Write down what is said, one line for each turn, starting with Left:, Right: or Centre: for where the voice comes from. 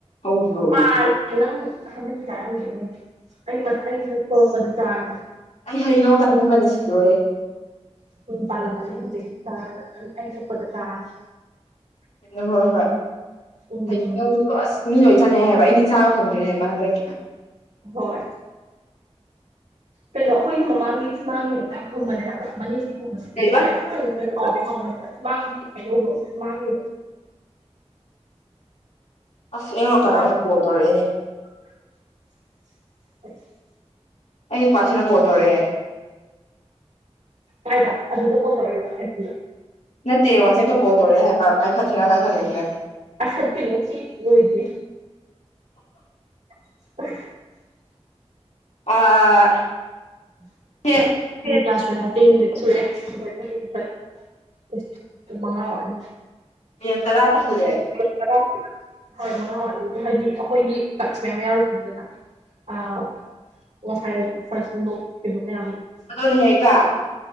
Left: ꯍꯧꯕ꯭ꯔꯣ ꯑꯣꯏꯌꯦ
Right: ꯄꯥꯜꯂꯦ ꯅꯪ ꯍꯟꯗꯛ ꯀꯤ ꯆꯥꯔꯝꯒꯤꯅꯨ ꯑꯩ ꯃꯥ ꯑꯩ ꯌꯨꯝ ꯊꯣꯛꯂꯛꯄꯗꯥ ꯆꯥꯔꯖ‌ꯦ
Left: ꯑꯩ ꯍꯩꯅꯧ ꯆꯥꯅꯤꯡꯕꯅꯥ ꯁꯤꯗ‌ꯣꯔꯦ
Right: <unintelligible> ꯑꯩ ꯊ‌ꯣꯛꯄꯗꯥ ꯆꯥꯔꯖ‌ꯦ
Left: ꯅꯣ ꯍꯣꯏ ꯍꯣꯏ
Right: ꯎꯝ
Left: ꯍꯩꯅꯧꯗꯣ ꯑꯁ ꯃꯤ ꯂꯣꯏ ꯆꯥꯅꯩ ꯍꯥꯏ ꯑꯩꯗꯤ ꯆꯥꯕ ꯐꯪꯗ꯭ꯔꯦ ꯍꯥꯏꯕꯥ ꯍꯟꯗꯛ
Right: ꯍ‌ꯣꯏ ꯀꯩꯅꯣ ꯑꯩꯈꯣꯏꯒꯤ ꯃꯃꯥꯡꯒꯤ ꯁꯨꯃꯥꯡ ꯒꯤ ꯍꯩꯅꯧ ꯗ‍ꯣ ꯌꯥꯝ ꯊꯨꯝꯕꯅꯦ ꯍꯥꯏꯕ ꯃꯅꯤꯡꯒꯤꯒꯨꯝꯕꯁꯤꯗꯤ
Left: ꯀꯩꯕ
Right: ꯂ‌ꯣꯏꯔ‌ꯦ ꯑꯩꯈ‌ꯣꯏ ꯍꯩꯅꯧ ꯗ‌ꯣ ꯍꯥꯎꯗꯤ ꯍꯥꯎꯕ ꯅ‌ꯦꯕꯥ ꯃꯥꯡ ꯒꯤ ꯍꯩꯅꯧ ꯗ‌ꯣ ꯃꯥꯡꯒꯤ
Left: ꯑꯁ ꯑꯩꯉ‌ꯣꯟ
Right: ꯁꯨꯃꯥꯡ
Left: ꯀꯅꯥ ꯅ‌ꯣꯝ ꯀꯣꯜ ꯇꯧꯔꯛꯑ‌ꯦꯅꯦ
Right: <inaudible>
Left: ꯑꯩ ꯅꯨꯄꯥꯁꯤ ꯅꯥ ꯀꯣꯜ ꯇꯧꯔꯛꯑꯦ
Right: ꯀꯥꯏꯗ ꯑꯗꯨꯗ ꯀꯣꯜꯇꯣꯔꯛ ꯏꯕꯥ ꯑ‌ꯦꯞꯇꯨ
Left: ꯅꯠꯇ‌ꯦ ꯋꯥꯆ‌ꯦꯠꯇ ꯀꯣꯜ ꯇꯧꯔꯛꯑ‌ꯦ ꯍꯥꯏ ꯕꯥ ꯄꯥꯏꯈꯠꯁꯤꯔ ꯄꯥꯏꯈꯠꯂ‌ꯣꯏꯁꯤꯔꯥ
Right: ꯄꯥꯏꯈꯠ ꯀꯅꯨ ꯁꯤ ꯂꯣꯏꯗꯔꯤ <unintelligible>
Left: ꯑꯥ
Right: <unintelligible>
Left: ꯁꯦ
Right: ꯏꯁ ꯄꯨꯡ ꯃꯉꯥ ꯋꯥꯠꯂꯤ
Left: ꯑ‌ꯦ ꯇꯔꯥ ꯍꯨꯔꯦ
Right: ꯑ‌ꯦ ꯇꯔꯥ ꯁꯨꯔ‌‌ꯦ ꯍ‌ꯣꯏ ꯃꯉꯥ ꯋꯥꯠꯂꯤ ꯍꯥꯏꯗꯤ ꯑꯈ‌ꯣꯏꯒꯤ ꯇꯥꯛꯁ ꯃꯌꯥꯝ ꯌꯥꯎꯔꯤ ꯗꯅꯥ ꯑꯥ ꯉꯁꯥꯏ ꯐꯔꯥꯁ <unintelligible>
Left: ꯑꯗꯣꯅꯦ ꯍꯦꯀꯥ